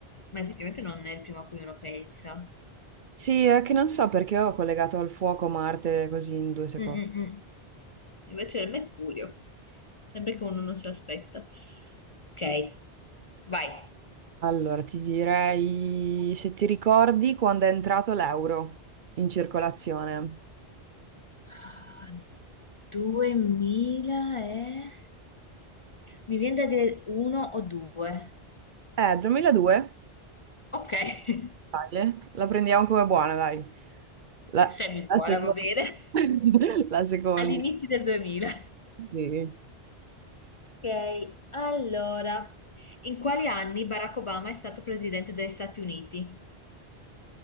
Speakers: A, on the left; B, on the right.
A: Ma effettivamente non è il primo a cui uno pensa.
B: Sì, è che non so perché ho collegato al fuoco Marte così in due secondi.
A: Mm, mm, mm. Invece è il Mercurio, sempre che uno non se l'aspetta. Ok, vai.
B: Allora, ti direi se ti ricordi quando è entrato l'euro in circolazione.
A: Ah, 2000 e... Mi viene da dire uno o due.
B: Eh, 2002?
A: Ok, <laughs>
B: Dai, eh, La prendiamo come buona, dai. La,
A: semi
B: la
A: buona,
B: seconda.
A: va bene.
B: <laughs> La seconda.
A: All'inizio del 2000.
B: Sì.
A: Ok, allora. In quali anni Barack Obama è stato presidente degli Stati Uniti?